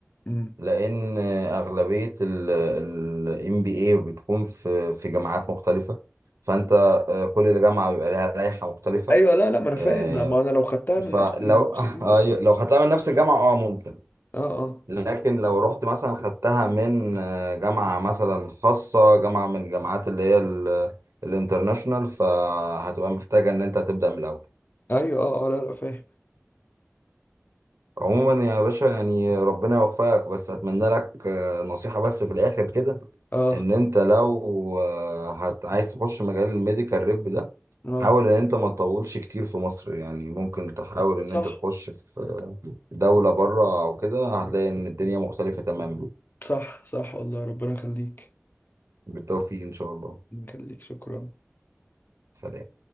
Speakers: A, on the left; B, on the right.
A: مم.
B: لان اغلبيه الام بي اي بتكون في في جامعات مختلفه فانت آه، كل جامعه بيبقى لها لائحه مختلفه
A: ايوه لا لا ما انا فاهم
B: آه،
A: ما ما انا لو خدتها من
B: فلو
A: نفس الموسيقى
B: <laughs>
A: ما
B: أيوة،
A: بتاعتها
B: لو خدتها من نفس الجامعه اه ممكن
A: اه اه
B: لكن لو رحت مثلا خدتها من آه، جامعه مثلا خاصه جامعه من الجامعات اللي هي ال- الانترناشونال فهتبقى محتاجه ان انت تبدا من الاول
A: ايوه اه اه لا لا فاهم
B: عموما يا باشا يعني ربنا يوفقك بس اتمنى لك آه، نصيحه بس في الاخر كده
A: اه
B: ان انت لو آه، هت... عايز تخش مجال الميديكال ريب ده
A: اه
B: حاول ان انت ما تطولش كتير في مصر يعني ممكن تحاول ان
A: صح
B: انت تخش في دولة بره او كده هتلاقي ان الدنيا مختلفة تماما
A: صح صح والله ربنا يخليك
B: بالتوفيق ان شاء الله
A: ربنا يخليك شكرا
B: سلام